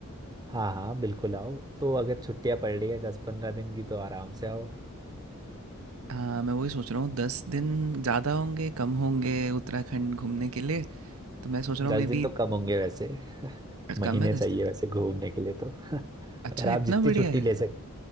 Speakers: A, on the right (about 20°); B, on the right (about 75°).
A: हाँ हाँ बिल्कुल आओ तो अगर छुट्टियां पड़ रही है दस पंद्रह दिन की तो आराम से आओ
B: हाँ मैं वही सोच रहा हूँ दस दिन ज़्यादा होंगे कम होंगे उत्तराखंड घूमने के लिए तो मैं सोच रहा हूँ
A: दस
B: मे
A: दिन
B: बी
A: तो कम होंगे वैसे महीने
B: कम है
A: चाहिए
B: दस दिन
A: वैसे घूमने के लिए तो <laughs> अगर
B: अच्छा
A: आप
B: इतना
A: जितनी
B: बढ़िया
A: छुट्टी
B: है।
A: ले सक